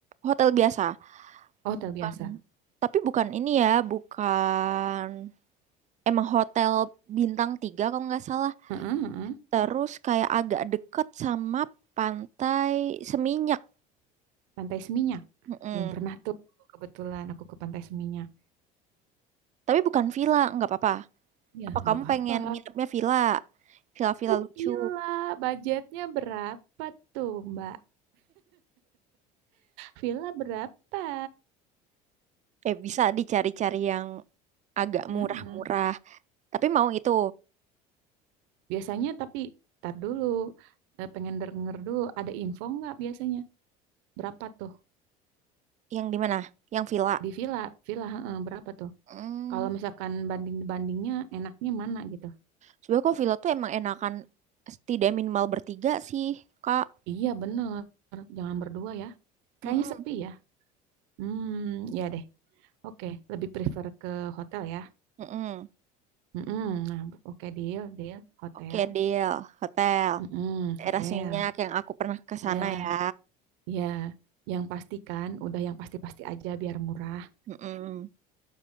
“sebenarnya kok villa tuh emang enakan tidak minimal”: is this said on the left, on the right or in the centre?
Right